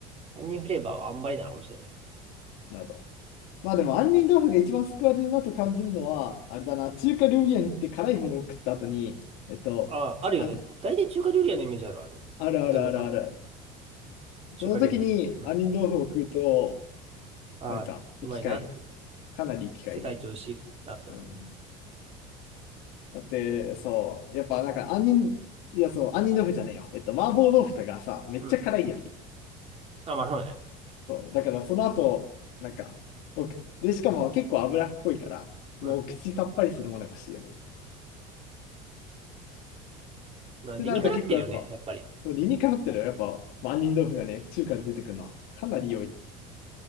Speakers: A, on the right; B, on the left.
A: 杏仁フレーバーはあんまりなのかもしれない。
B: なるほど。まあでも、杏仁豆腐が一番救われるなと感じるのは、あれだな、中華料理屋に行って辛いものを食った後に、えっと、
A: あ、あるよね。
B: あ、
A: 大体中華料理屋のイメージあるわ。あの当たり前か。
B: あるあるあるある。
A: 中華料理なんだ。
B: その時に杏仁豆腐を食うと、
A: うん。あ、
B: なんか生き返る。
A: うまいな。
B: かなり生き返るよね。
A: 世界一美味しいなって思う。
B: うん。だって、そう、やっぱなんか杏仁、いやそう、杏仁豆腐じゃねえよ。えっと、麻婆豆腐とかさ、めっちゃ辛いやん。
A: うん。あ、まあそうね。
B: そう、だからその後、なんか、おくで、しかも結構脂っこいから、そのお口さっぱりするものが欲しいよね。
A: うん。
B: っ
A: まあ理にかなってるよね、
B: てなると結構やっぱ、
A: やっぱり。
B: そう理にかなってるよ。やっぱ、まあ杏仁豆腐がね、中華で出てくるのはかなり良い。